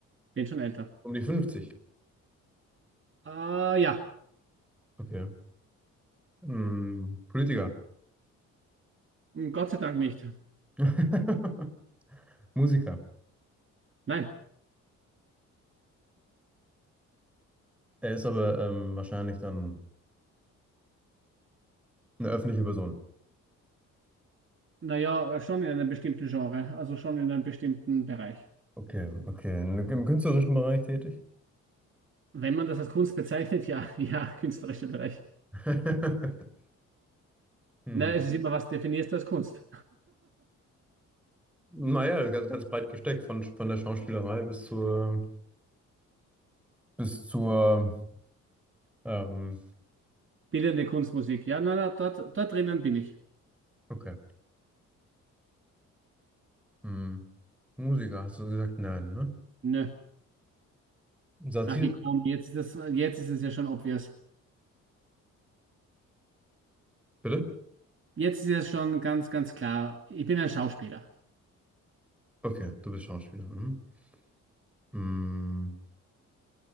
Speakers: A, on the right; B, in the centre.
A: Bin schon älter.
B: Um die 50.
A: Äh, ja,
B: Okay. Hm, Politiker.
A: Hm, Gott sei Dank nicht.
B: <laughs> Musiker.
A: Nein.
B: Er ist aber ähm, wahrscheinlich dann eine öffentliche Person.
A: Naja, schon in einem bestimmten Genre, also schon in einem bestimmten Bereich.
B: Okay, okay. Im künstlerischen Bereich tätig.
A: Wenn man das als Kunst bezeichnet, ja, <laughs> ja, künstlerischer Bereich.
B: <laughs> Hm.
A: Na, es ist immer, was definierst du als Kunst?
B: Naja, ganz, ganz breit gesteckt, von, von der Schauspielerei bis zur bis zur, ähm,
A: Bildende Kunstmusik. Ja, na, na, dort, dort drinnen bin ich.
B: okay. Hm. Musiker, hast du gesagt? Nein, ne?
A: Nö.
B: Satire.
A: Ach, gekommen. Jetzt ist das, jetzt ist es ja schon obvious.
B: Bitte?
A: Jetzt ist es schon ganz, ganz klar. Ich bin ein Schauspieler.
B: Okay, du bist Schauspieler. Mhm. Hm,